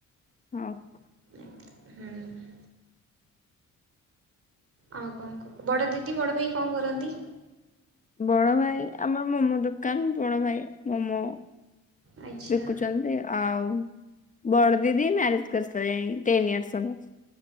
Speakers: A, on the left (about 25°); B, on the right (about 45°).
A: ହଁ <inaudible>
B: ହୁଁ। ଆଉ କଣ କୁହ ବଡ ଦିଦି ବଡ ଭାଇ କଣ କରନ୍ତି?
A: ବଡ ଭାଇ ଆମର ମୋମୋ ଦୋକାନ ବଡ ଭାଇ ମୋମୋ
B: ଆଚ୍ଛା
A: ବିକୁଚନ୍ତି ଆଉ ବଡ ଦିଦି ମ୍ୟାରେଜ୍ କରି ସାରିଲେଣି ଟେନ୍ ଇୟର୍ସ ହବ।